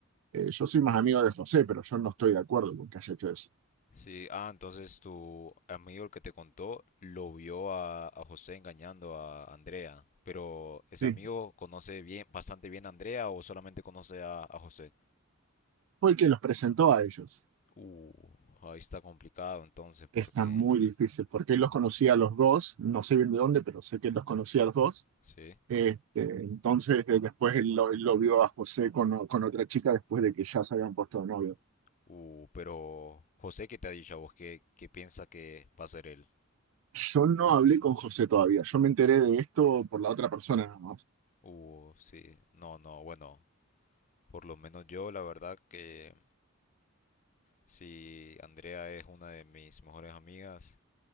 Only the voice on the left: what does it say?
Sí, ah, entonces tu amigo el que te contó lo vio a, a José engañando a Andrea. Pero ese
amigo conoce bien, bastante bien a Andrea o solamente conoce a, a José.
Uh, ahí está complicado entonces porque...
Sí.
Uh, pero José, ¿qué te ha dicho a vos? ¿Qué, qué piensa que va a ser él?
Uh, sí. No, no, bueno. Por lo menos yo, la verdad que Si Andrea es una de mis mejores amigas,